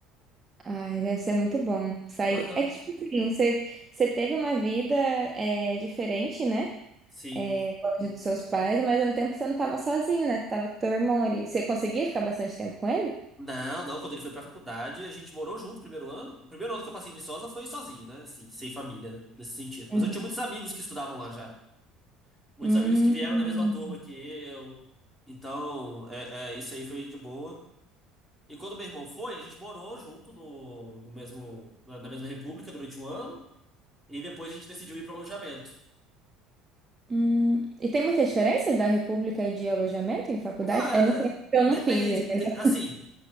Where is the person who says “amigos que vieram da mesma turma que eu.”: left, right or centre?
Centre